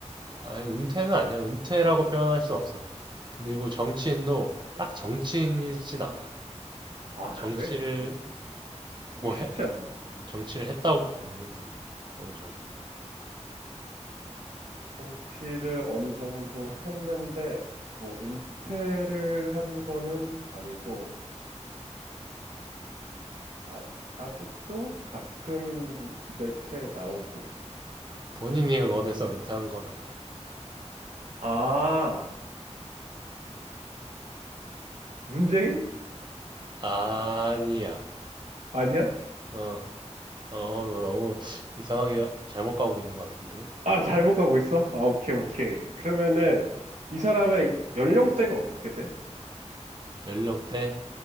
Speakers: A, on the right (about 40°); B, on the right (about 80°).
A: 아, 은퇴는 아니야. 은퇴라고 표현할 순 없어. 근데 이거 정치인도 딱 정치인이진 않아.
B: 아,
A: 정치라고
B: 그래? 어, 이거 쉽지
A: 해,
B: 않은데.
A: 어, 정치를 했다고 보면 돼. 어느 정도.
B: 정치를 어느 정도 했는데 뭐 은퇴를 한 거는 아니고 아, 아직도 가끔 매체에 나오고
A: 본인이 원해서 은퇴한 건 아니야.
B: 아, 문재인?
A: 아니야.
B: 아니야?
A: 어, 어, 뭐 너무 이상하게 잘못 가고 있는 것 같은데.
B: 아, 잘못 가고 있어? 아, 오케이,
A: 어,
B: 오케이. 그러면은, 이 사람의 연령대가 어떻게 돼?
A: 연령대